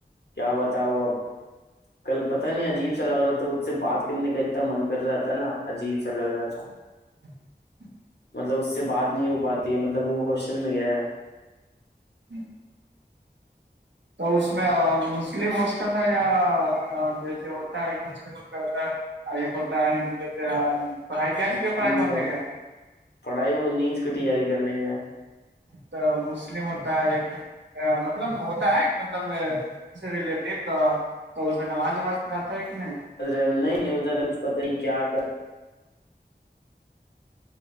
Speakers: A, on the left; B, on the right.
A: کیا بتاؤ اب کل پتاہ نہیں عجیب سا لگ رہا تھا اس سے بات کرنے کا اتنا من کر رہا تھا نا عجیب سا لگ رہا تھا چ <inaudible>
B: ہ <inaudible>
A: مطلب اس سے بات نہیں ہو پاتی ہے مطلب وہ ہاسٹل میں گیا ہے
B: ہوں <inaudible> تو اس میں مسلم ہسٹل ہے یا جیسے ہوتا ہے ایک مسلم ہسٹل ہوتا ہے ایک ہوتا ہے ہندو پڑھائی کیا لی
A: ہے
B: پڑھائی بنے کا
A: پڑھائی وہ نیچ کا تیاری کرنے کا
B: تو مسلم ہوتا ہےے مطلب ہوتا ہے مطلب سے ریلیٹو تو اس میں نماز وماز پ آتا ہے کہ نہیں
A: رہھ پت نہیں کیا کر